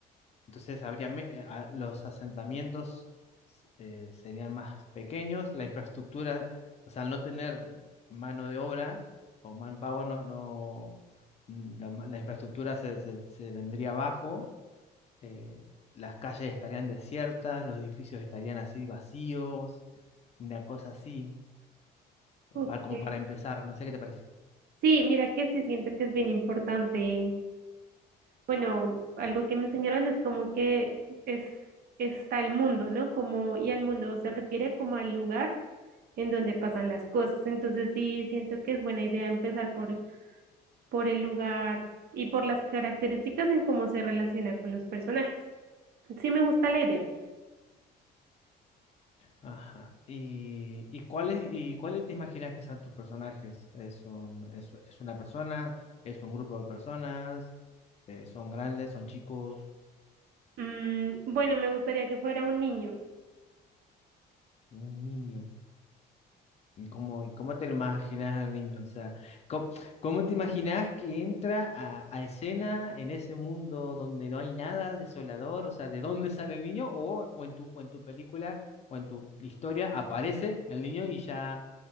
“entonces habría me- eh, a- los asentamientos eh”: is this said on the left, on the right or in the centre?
Left